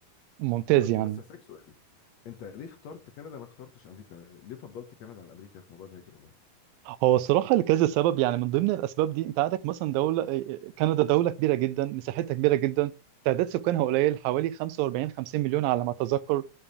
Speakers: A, on the right; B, on the left.
A: ممتاز
B: حلو قوي
A: يعني
B: طب بس هسألك سؤال انت ليه اخترت كندا ما اخترتش امريكا يعني ليه فضلت كندا عن امريكا في موضوع الهجره ده
A: هو الصراحه لكذا سبب يعني من ضمن الاسباب دي انت عندك مثلا دوله آه، آه، كندا دوله كبيره جدا مساحتها كبيره جدا تعداد سكانها قليل حوالي 45 50 مليون على ما اتذكر